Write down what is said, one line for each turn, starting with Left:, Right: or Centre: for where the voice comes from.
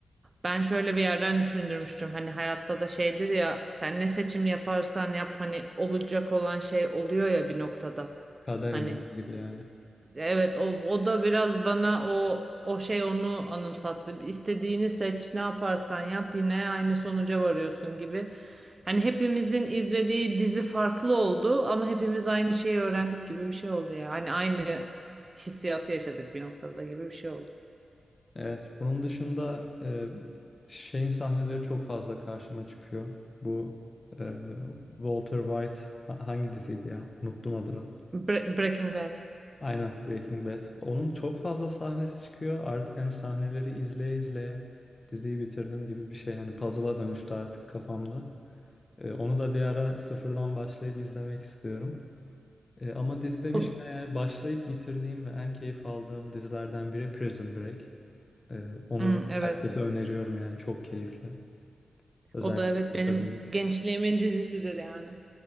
Right: Ben şöyle bir yerden düşündürmüştüm hani hayatta da şeydir ya sen ne seçim yaparsan yap hani olacak olan şey oluyor ya bir noktada
Left: Kader
Right: hani.
Left: inancı gibi yani.
Right: Evet o, o da biraz bana o o şey onu anımsattı. İstediğini seç, ne yaparsan yap yine aynı sonuca varıyorsun gibi. Hani hepimizin izlediği dizi farklı oldu ama hepimiz aynı şeyi öğrendik gibi bir şey oldu ya. Hani aynı hissiyatı yaşadık bir noktada gibi bir şey oldu.
Left: Evet, bunun dışında e, şeyin sahneleri çok fazla karşıma çıkıyor. Bu e, Walter White ha- hangi diziydi ya? Unuttum adını.
Right: Bre- Breaking Bad.
Left: Aynen Breaking Bad. Onun çok fazla sahnesi çıkıyor. Artık hani sahneleri izleye izleye diziyi bitirdim gibi bir şey. Hani puzzle'a dönüştü artık kafamda. Ee, onu da bir ara sıfırdan başlayıp izlemek istiyorum. Ee, ama dizi demişken
Right: O-
Left: yani başlayıp bitirdiğim ve en keyif aldığım dizilerden biri Prison Break. Ee, onu
Right: Hmm, evet.
Left: herkese öneriyorum yani çok keyifli. Özellikle
Right: O da evet
Left: ilk
Right: benim
Left: sezonlar.
Right: gençliğimin dizisidir yani.